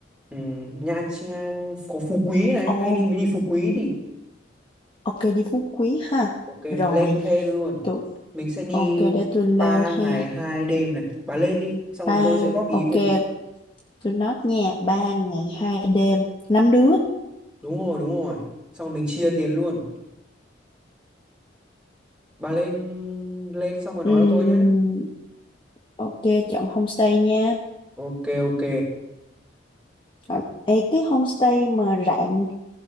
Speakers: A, in the centre; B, on the left (about 25°).
A: Ừm, Nha Trang có Phú Quý này,
B: Ồ,
A: hay đi mình đi Phú Quý thì
B: ok đi Phú Quý ha.
A: ok,
B: Rồi.
A: lên plan luôn.
B: tụi
A: Mình sẽ đi
B: Ok để tôi lên
A: 3
B: ha.
A: ngày 2 đêm này. Bà lên đi, xong
B: Ban,
A: rồi tôi sẽ góp ý
B: ok,
A: cùng.
B: tôi nói nha. Ba ngày hai đêm, năm đứa.
A: Đúng rồi, đúng rồi. Xong rồi mình chia tiền luôn. bà lên lên xong rồi nói
B: Ừm,
A: cho tôi nhé
B: ok, chọn homestay nha.
A: ok ok
B: Còn, ê, cái homestay mà rạn